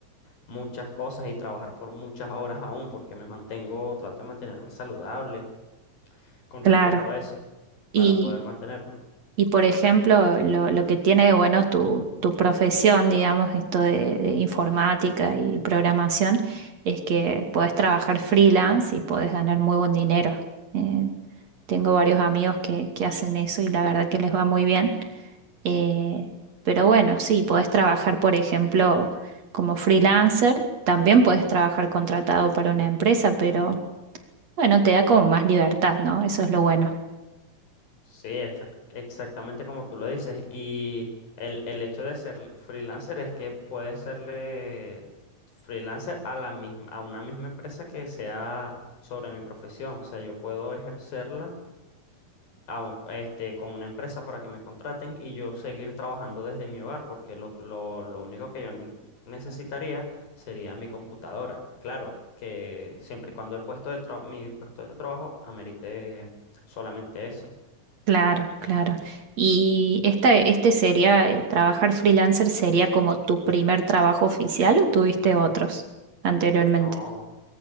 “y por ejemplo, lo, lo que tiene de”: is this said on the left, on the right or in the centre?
Right